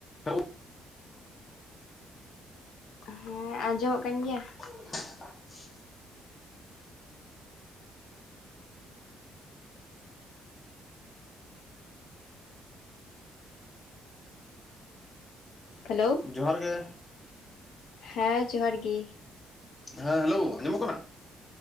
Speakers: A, on the left (about 30°); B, on the left (about 80°).
A: Hello,
B: ᱦᱮᱸ ᱟᱸᱡᱚᱢᱚᱜ ᱠᱟᱱ ᱜᱮᱭᱟ ᱾
A: <unintelligible>
B: ᱦᱮᱞᱳᱣ,
A: ᱡᱚᱦᱟᱨ ᱜᱮ᱾
B: ᱦᱮᱸ ᱡᱚᱦᱟᱨ ᱜᱤ᱾
A: ᱦᱮᱸ ᱦᱮᱞᱳ ᱟᱸᱡᱚᱢᱚᱜ ᱠᱟᱱᱟ?